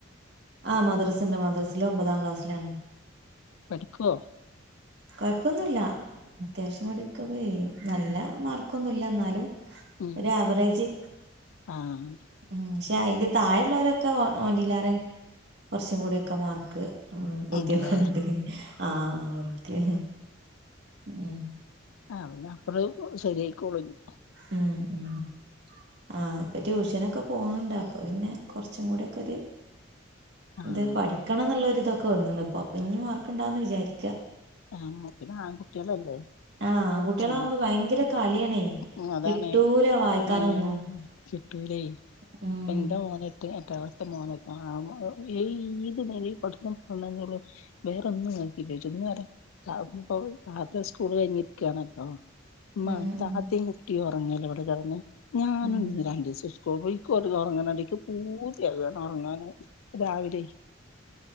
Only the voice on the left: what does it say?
പഠിക്കോ
ഉം
ആഹ്
ഉണ്ട്ല്ലേ
ആ പിന്നെ അപ്പളും ശെരിയായിക്കോളുംഞ്ഞി
ആഹ്
ആ പിന്നെ ആൺകുട്ട്യാളല്ലേ
അപ്പൊ
കൊർച്ചാ
ഉം അതാണെ
ഉം കിട്ടൂലേ
എന്താ ഓനായിട്ട് എട്ടാം ക്ലാസ്സ്‌ത്തെ മോന ആ മോ അ ഈ ഏത് നേരം പട്ത്തം <unintelligible> വേറൊന്നും ഇങ്ങക്കില്ലേ ചോയ്ച്ചും <unintelligible> <unintelligible> താത്ത സ്കൂള് കഴിഞ്ഞിരിക്ക്യാണ പ്പം മ്മ
താത്തിം
കുട്ടിയിം ഒ ർങ്ങല്ലെ ഇവടെ കെട്ന്ന് ഞാനും
ഞ്ഞി രണ്ടീസം സ്കൂള് പോയി ക്ക് ഓലൊർങ്ണണ്ട് ക്ക് പൂത്യാകാണ് ഒർങ്ങാന് രാവിലെ